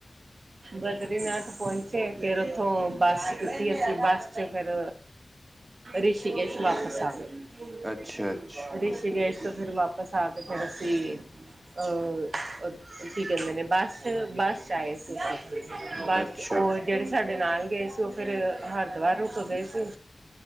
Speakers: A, on the right; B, on the right.
A: ਬਦਰੀਨਾਥ ਪਹੁੰਚੇ ਫੇਰ ਉੱਥੋਂ ਬੱਸ ਕੀਤੀ ਅਸੀਂ ਬੱਸ ਚ ਫੇਿਰ, ਰਿਸ਼ੀਕੇਸ਼ ਵਾਪਿਸ ਆ ਗ
B: ਅੱਛਾ, ਅੱਛਾ,
A: ਰਿਸ਼ੀਕੇਸ਼ ਤੋਂ ਫੇਿਰ ਵਾਪਿਸ, ਪਸਾ ਕੇ ਫ ਦੱਸੀ ਅ ਕੀ ਕਹਿੰਦੇ ਨੇ ਬੱਸ ਚ ਬੱਸ ਚ ਆਏ ਸੀ ਬਸ
B: ਅੱਛਾ
A: ਉਹ ਜਿਹੜੇ ਸਾਡੇ ਨਾਲ ਗਏ ਸੀ ਉਹ ਫਿਰ ਹਰਿਦੁਆਰ ਰੁਕ ਗਏ ਸੀ